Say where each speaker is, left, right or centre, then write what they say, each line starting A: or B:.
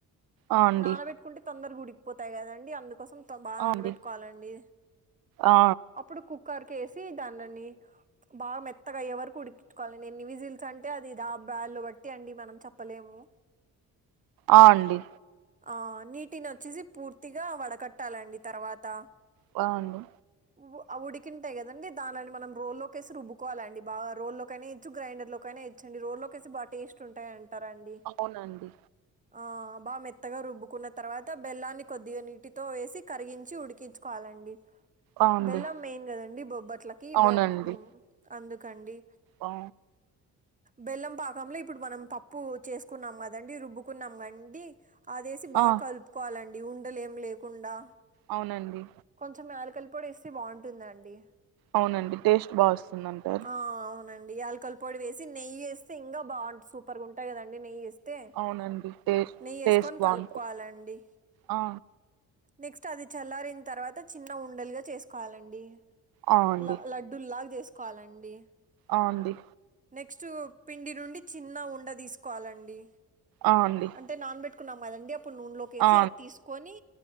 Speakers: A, on the right (about 70°); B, on the right (about 20°).
A: ఆ అండి
B: నానబెట్టుకుంటే తొందరగ ఉడికిపోతాయి కదండి అందుకు కోసం తొ బాగా
A: ఆ
B: నానబెట్టుకోవాలండి
A: అండి ఆ
B: అప్పుడు కుక్కర్ కేసి దానీని బాగా మెత్తగా అయ్యే వరకు ఉడికి కోవాలండి ఎన్ని విజిల్స్ అంటే అది దా బ్యాలు బట్టి అండి మనం చెప్పలేము
A: ఆ అండి
B: ఆ నీటిని వచ్చేసి పూర్తిగా వడకట్టాలండి తర్వాత
A: బాగుంది
B: వ అవి ఉడికింటయి కదండి దాన్లని మనం రోల్లోకేసి రుబ్బకోవాలండి బాగ. రోల్లోకైనా ఎయొచ్చు, గ్రైండర్ లో కైనా ఎయొ చ్చండి రోల్లోకేసి బా టేస్ట్ ఉంటాయి అంటారండి.
A: అవునండి
B: ఆ బా మెత్తగా రుబ్బుకున్న తర్వాత, బెల్లాన్ని కొద్దిగ నీటితో వేసి కరిగించి ఉడికించుకోవాలండి.
A: ఆ అండి
B: బెల్లం మెయిన్ కదండి బొబ్బట్లకి,
A: అవునండి
B: బ మ్ అందుకండి.
A: ఆ
B: బెల్లం పాకంలో ఇప్పుడు మనం పప్పు చేసుకున్నాం గదండి, రుబ్బుకున్నాం గండి, అదేసి బాగా
A: ఆ
B: కలుపుకోవాలండి ఉండలేం లేకుండా,
A: అవునండి.
B: కొంచెం యాలకల పొడి ఎస్తే బావుంటుందండి.
A: అవునండి టేస్ట్ బాగ వస్తుంది అంటారు.
B: ఆ అవునండి. యాలకల పొడి వేసి, నెయ్యేస్తే ఇంకా బావుంట్ సూపర్గుంటాయి గదండి నెయ్యేస్తే,
A: అవునండి టేస్ట్
B: నెయ్యేసుకొని
A: టేస్ట్ బాగుంటది
B: కలుపుకోవాలండి.
A: ఆ
B: నెక్స్ట్ అది చల్లారిన తర్వాత చిన్న ఉండలుగా చేసుకోవాలండి.
A: ఆ అండి
B: ల లడ్డూల్లాగా చేసుకోవాలండి.
A: ఆ అండి.
B: నెక్స్ట్ పిండినుండి చిన్న ఉండ తీసుకోవాలండి.
A: ఆ అండి.
B: అంటే నానబెట్టుకున్నాం గదండి, అప్పుడు నూనెలోకేసి
A: ఆ
B: అది తీసుకొని,